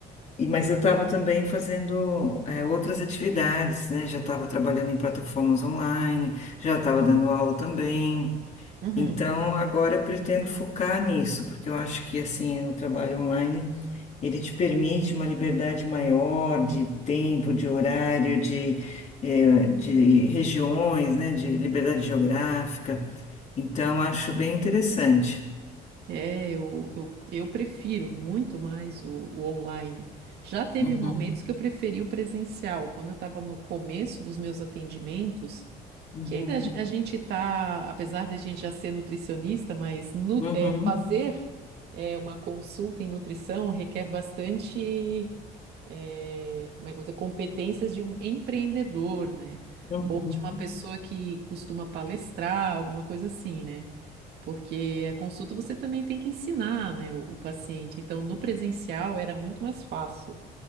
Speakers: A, on the left (about 45°); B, on the right (about 75°).
A: e- mas eu estava também fazendo é, outras atividades, né? Já estava trabalhando em plataformas online, já estava dando aula também.
B: Uhum.
A: Então agora eu pretendo focar nisso, porque eu acho que assim o trabalho online ele te permite uma liberdade maior de tempo, de horário, de, eh, de regiões, né? De liberdade geográfica. Então, acho bem interessante.
B: É, eu, eu, eu prefiro muito mais o, o online. Já teve
A: Uhum,
B: momentos que eu preferi o presencial, quando eu estava no começo dos meus atendimentos,
A: uhum,
B: que ainda a ge- a gente está, apesar de a gente já ser nutricionista, mas nu-
A: uhum,
B: é, fazer é, uma consulta em nutrição requer bastante, é, como é que eu vou dizer, competências de um empreendedor, né?
A: uhum,
B: Ou de uma pessoa que costuma palestrar, alguma coisa assim, né? Porque a consulta você também tem que ensinar, né, o, o paciente. Então, no presencial era muito mais fácil